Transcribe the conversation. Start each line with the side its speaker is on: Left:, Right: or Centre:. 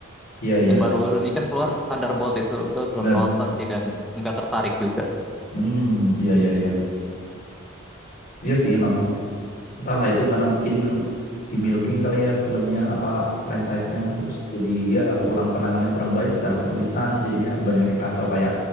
Left: Iya iya
Centre: yang baru-baru ini kan keluar Thunderbolt itu gue belum
Left: benar.
Centre: nonton sih dan nggak tertarik juga
Left: Hmm iya iya iya. Iya sih emang. Entahlah itu karena mungkin di milking kali ya filmnya apa franchise-nya terus jadi ya kurang penanganan kurang baik secara penulisan jadinya banyak yang kacau kayak